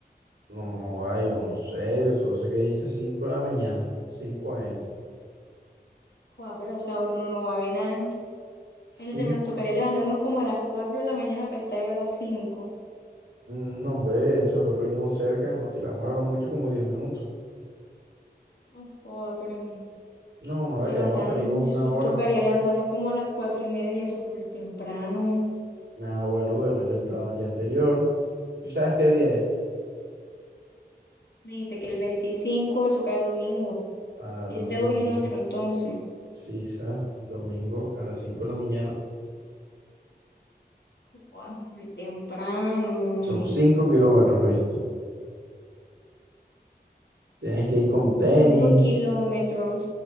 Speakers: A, on the right; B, on the left.
A: No, ay, yo no sé, yo solo sé que dice 5 de la mañana, 5 ejemplo.
B: Joder, pero a esa hora uno no va a ver nada.
A: cinco
B: Imagínate, nos tocaría levantarnos como a las 4 de la mañana para estar ahí a las cinco
A: Mm, No, hombre, de hecho, nosotros vivimos cerca, nos tiramos a lo mucho como 10 minutos.
B: No joda, pero mm,
A: No, joder,
B: levantarnos,
A: que vamos a salir con
B: mm,
A: una hora.
B: tocaría levantarnos como a las cuatro y media, eso fue temprano.
A: Nada, bueno, duerme temprano el día anterior. ¿Tú sabes qué día es?
B: Me dijiste que el 25 eso cae domingo.
A: Claro,
B: Es
A: el
B: de
A: domingo.
B: hoy en ocho, entonces.
A: Sí, sa, domingo a las 5 de la mañana.
B: Joda, full temprano.
A: Son 5 kilómetros, ¿viste? Tienes que ir con tenis.
B: Cinco kilómetros.